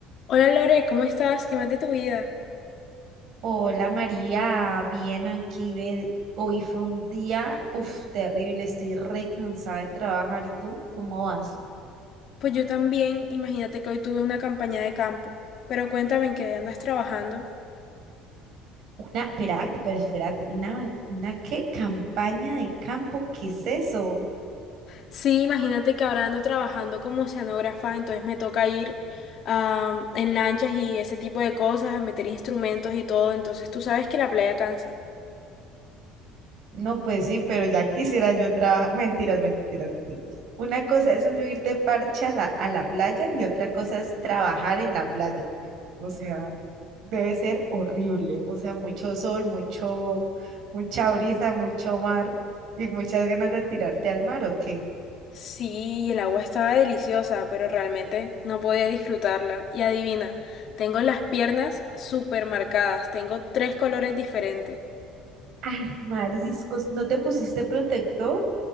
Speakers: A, on the left; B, on the right.
A: Hola Lore, ¿cómo estás? ¿Qué más de tu vida?
B: Hola María, bien aquí, ve, hoy fue un día, uf, terrible, estoy re cansada de trabajar, ¿y tú? ¿Cómo vas?
A: Pues yo también, imagínate que hoy tuve una campaña de campo, pero cuéntame en qué andas trabajando.
B: Una, espérate, pero espérate, una, una qué campaña de campo, ¿qué es eso?
A: Sí, imagínate que ahora ando trabajando como oceanógrafa, entonces me toca ir ah, en lanchas y ese tipo de cosas, a meter instrumentos y todo, entonces tú sabes que la playa cansa.
B: No, pues sí, pero ya quisiera yo trabajar. Mentiras, mentiras, mentiras. Una cosa es uno ir de parche a la, a la playa y otra cosa es trabajar en la playa. O sea. debe ser horrible, o sea, mucho sol, mucho, mucha brisa, mucho mar y muchas ganas de tirarte al mar, ¿o qué?
A: Sí, y el agua estaba deliciosa, pero realmente no podía disfrutarla. Y adivina, tengo las piernas súper marcadas, tengo tres colores diferentes.
B: Ah, mariscos, ¿no te pusiste protector?